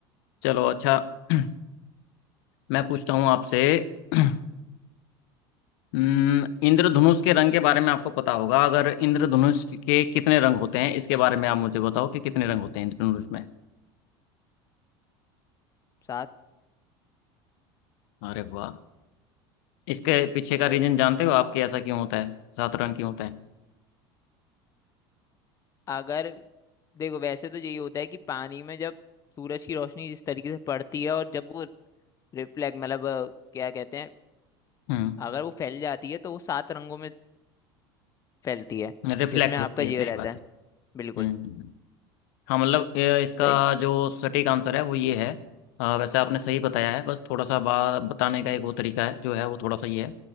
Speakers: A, on the left; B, on the left.
A: चलो अच्छा <clears throat> मैं पूछता हूँ आपसे <clears throat> हम्म, इंद्रधनुष के रंग के बारे में आपको पता होगा अगर इंद्रधनुष के कितने रंग होते हैं इसके बारे में आप मुझे बताओ कि कितने रंग होते हैं इंद्रधनुष में
B: सात
A: अरे वाह इसके पीछे
B: इंद्र
A: का रीजन जानते हो आपके ऐसा क्यों होता है सात रंग क्यों होता है
B: अगर देखो वैसे तो यही होता है कि पानी में जब सूरज की रोशनी जिस तरीके से पड़ती है और जब वो रिफ्लेक्ट मतलब अ, क्या कहते हैं
A: हम्म
B: अगर वो फैल जाती है तो वो सात रंगों में फैलती है
A: रिफ्लेक्ट
B: जिसमें
A: होती
B: आपका
A: है
B: जीव
A: सही
B: रहता
A: बात
B: है
A: है
B: बिल्कुल
A: हम्म हाँ मतलब ये इसका
B: सही
A: जो सटीक आंसर है वो ये है अ, वैसे आपने सही बताया है बस थोड़ा सा बा बताने का एक वो तरीका है जो है वो थोड़ा सा ये है